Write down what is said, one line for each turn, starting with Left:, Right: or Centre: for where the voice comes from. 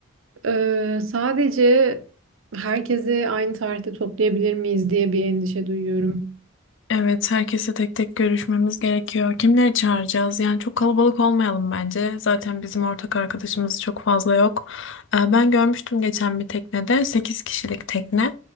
Right: Ee, sadece herkesi aynı tarihte toplayabilir miyiz diye bir endişe duyuyorum.
Left: Evet, herkese tek tek görüşmemiz gerekiyor. Kimleri çağıracağız? Yani çok kalabalık olmayalım bence. Zaten bizim ortak arkadaşımız çok fazla yok. Ee, Ben görmüştüm geçen bir teknede 8 kişilik tekne.